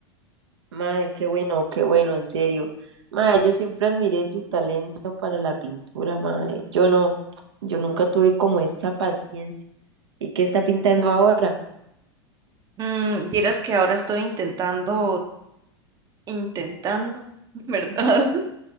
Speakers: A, on the right (about 70°); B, on the right (about 25°).
A: Mae, qué bueno, qué bueno, en serio. Mae, yo siempre admiré su talento para la pintura, mae. Yo no, yo nunca tuve como esa paciencia. ¿Y qué está pintando ahora?
B: Mm, vieras que ahora estoy intentando, intentando, <laughs> ¿verdad? <laughs>